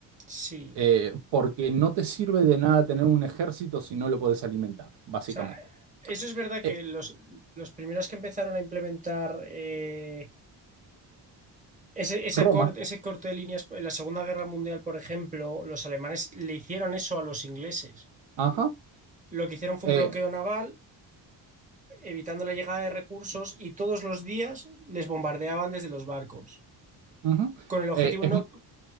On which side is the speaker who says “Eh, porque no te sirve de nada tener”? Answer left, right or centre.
Right